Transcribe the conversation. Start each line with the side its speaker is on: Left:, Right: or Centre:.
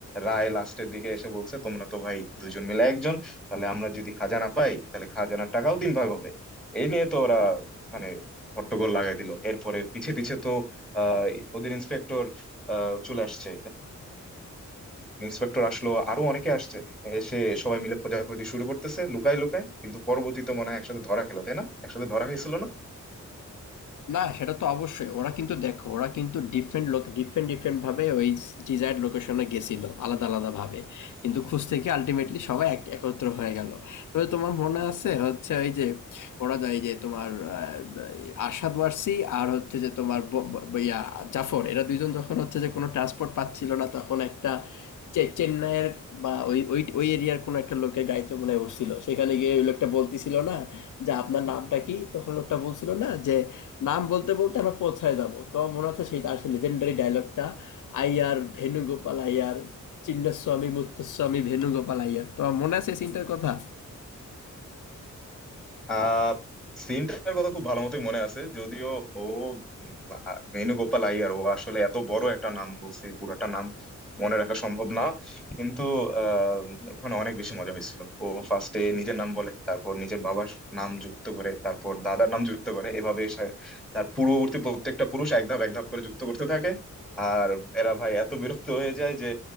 Centre: রায় লাস্টের দিকে এসে বলছে তোমরা তো ভাই দুজন মিলে একজন তাহলে আমরা যদি খাজানা পাই তাহলে খাজানার টাকাও তিন ভাগ হবে এই নিয়ে তো ওরা মানে হট্টগোল লাগাই দিল এরপরে পিছে পিছে তো আহ, ওদের ইন্সপেক্টর চলে আসছে ইন্সপেক্টর আসলো আরো অনেকে আসছে এসে সবাই মিলে খোঁজাখুঁজি শুরু করতেছে লুকায় লুকায় কিন্তু পরবর্তীতে মনে হয় একসাথে ধরা খেলো তাই না একসাথে ধরা হয়েছিল না
Left: না সেটা তো অবশ্যই ওরা কিন্তু দেখো ওরা কিন্তু ডিফারেন্ট লোক ডিফারেন্ট ডিফারেন্ট ভাবে ওই ডিজায়ার্ড লোকেশনে গেছিল আলাদা আলাদা ভাবে কিন্তু খুঁজতে গিয়ে আলটিমেটলি সবাই এক- একত্র হয়ে গেল তবে তোমার মনে আছে হচ্ছে ওই যে ওরা যায় যে তোমার আহ, আসাদ ওয়ারসি আর হচ্ছে যে তোমার ব- ব- ইয়া জাফর এরা দুইজন যখন হচ্ছে যে কোনো ট্রান্সপোর্ট পাচ্ছিল না তখন একটা চে- চেন্নাইয়ের বা ওই ওই ওই এরিয়ার কোনো একটা লোকের গাড়িতে মনে হয় উঠছিল সেখানে গিয়ে ওই লোকটা বলতেছিল না যে আপনার নামটা কি তখন লোকটা বলছিল না যে নাম বলতে বলতে আমরা পৌঁছায় যাব তো আমার মনে আছে সেই তার সেই লেজেন্ডারি ডায়লগটা আইয়ার ভেনুগোপাল আইয়ার চিন্নস্বামী মুত্তস্বামী ভেনুগোপাল আইয়ার তো আমার মনে আছে এই সিনটার কথা
Centre: আহ সিনটার কথা খুব ভালো মতোই মনে আছে যদিও ও উম, আ- ভেনুগোপাল আইয়ার ও আসলে এত বড় একটা নাম বলছে পুরাটা নাম মনে রাখা সম্ভব না কিন্তু আহ, ওখানে অনেক বেশি মজা হয়েছিল ও ফার্স্টে নিজের নাম বলে তারপর নিজের বাবার নাম যুক্ত করে তারপর দাদার নাম যুক্ত করে এভাবে সে- তার পূর্ববর্তী প্রত্যেকটা পুরুষ এক ধাপ এক ধাপ করে যুক্ত করতে থাকে আর এরা ভাই এত বিরক্ত হয়ে যায় যে